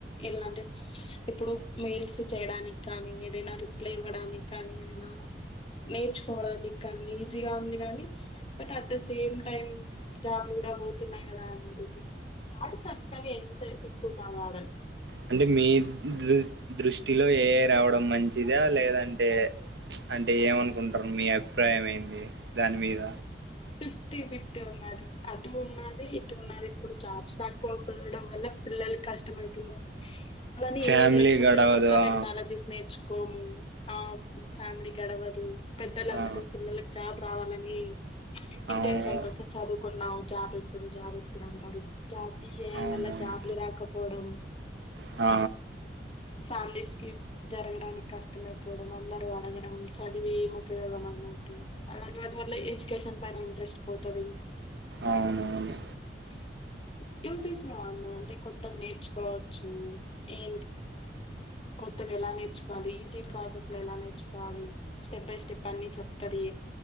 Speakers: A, on the left; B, on the right.
A: ఎలా అంటే ఎప్పుడు మెయిల్స్ చేయడానికి కానీ ఏదైనా రిప్లై ఇవ్వడానికి కానీ ఏదైనా నేర్చుకోవడానికి కానీ బిజీగా ఉంది కానీ but at the same time జాబ్లు కూడా పోతున్నాయి కదా అనేది వాడు తక్కని ఎంత ఎక్కువ కా వాడని
B: అంటే మీ దృ దృష్టిలో ఏఐ రావడం మంచిదా లేదంటే అంటే ఏమనుకుంటారు మీ అభిప్రాయం ఏంది దాని మీద
A: ఫిఫ్టీ ఫిఫ్టీ ఉన్నది అటు ఉన్నది ఇటు ఉన్నది ఇప్పుడు జాబ్స్ లేకపోవడం వల్ల పిల్లల కష్టం అయితుంది అలాని
B: ఫ్యామిలీ
A: ఏఐ లేకపోతే
B: గడవదు
A: కొత్త
B: ఆ
A: టెక్నాలజీస్ నేర్చు కో ఆ ఫ్యామిలీ గడవదు పెద్దలందరూ
B: ఆ
A: పిల్లలకు జాబ్ రావాలని ఇంటెన్షన్
B: అవును
A: ప్రక్క చదువుకు నావు జాబ్ ఎప్పుడు జాబ్ ఎప్పుడు అంటడు జాబ్
B: అవునవును
A: వల్ల జాబ్లు రాకపోవడం
B: ఆ
A: ఫ్యామిలీస్ కి జరగడానికి కష్టమయిపోవడం అన్నారు ఆ చదివి ఏం ఉపయోగం అన్నట్టు అలాంటి వా వల్ల ఎడ్యుకేషన్ పైన ఇంట్రెస్ట్ పోతది.
B: అవునవును
A: <unintelligible> అంట కొత్తగా నేర్చుకోవచ్చు అ కొత్త వెలానే చాల ఈజీ ప్రాసెస్ లో ఎలా నేర్చుకోవాలి స్టెప్ బై స్టెప్ అన్ని చెప్తారు